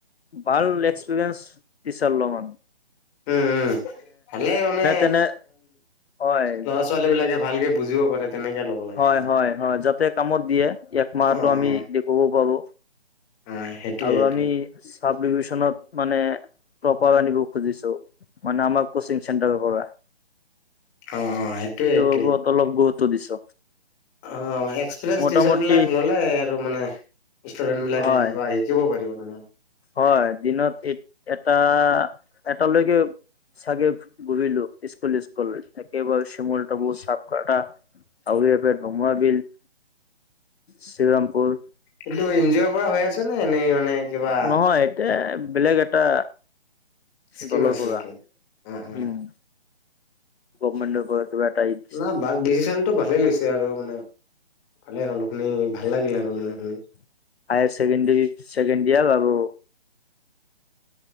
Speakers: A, on the left; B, on the left.
A: ভাল এক্সপৰিয়েস টিচাৰ্‌ লম মান।
B: উম, উম, ভালে মানে
A: তেনে হয়।
B: ল'ৰা-ছোৱালী বিলাকে ভালকে বুজিব পাৰে তেনেকে ল'ব লাগে
A: হয়,
B: মানে।
A: হয়, হয় যাতে কামত দিয়ে এক মাহটো
B: অ',
A: আমি
B: অ',
A: দেখুৱাব পাবো।
B: অ', সেইটোয়ে
A: আৰু
B: সেইটোয়ে
A: আমি চাব ডিভিচনত মানে প্ৰপাৰ আনিব খুজিছো। মানে আমাৰ কচিং চেণ্টাৰ পৰা।
B: অ, অ সেইটোয়ে-সেইটোৱে।
A: এইটো ওপৰত অলপ গুৰুত্ব দিছ।
B: অ, এক্সপিৰিয়েঞ্চ
A: মোটামুটি
B: টিচাৰ বিলাক ল'লে, আৰু মানে ষ্টুডেণ্ট বিলাকে
A: হয়
B: কিবা আহে। শিকিব পাৰিব তেনেহলে।
A: হয়, দিনত এ এটা, এটালৈকে চাগে ঘৰিলো স্কুল-ই্কুল থব শ মলাবু চাপ কটা। আউৰিয়পে ভমাবিল শিৱৰামপুৰ
B: এইটো এন জি অ'ৰ পৰা হৈ আছে নে এনেই মানে? কিবা
A: নহয় এতিয়া বেলেগ এটা
B: স্কিম
A: দলৰ
B: আছে
A: পৰা
B: নেকি? অ', অ'।
A: উম, গমেণ্টৰ পৰা কিবা এটা দিছে
B: নাই ভাল ডিচিশনতটো ভালে লৈছে আৰু মানে ভালেই হ'ল শুনি ভাল
A: <inaudible>
B: লাগিল
A: হায়াৰ
B: আৰু মানে শুনি।
A: চছেকেণ্ডৰী ছেকেণ্ড ইিয়াৰ আৰু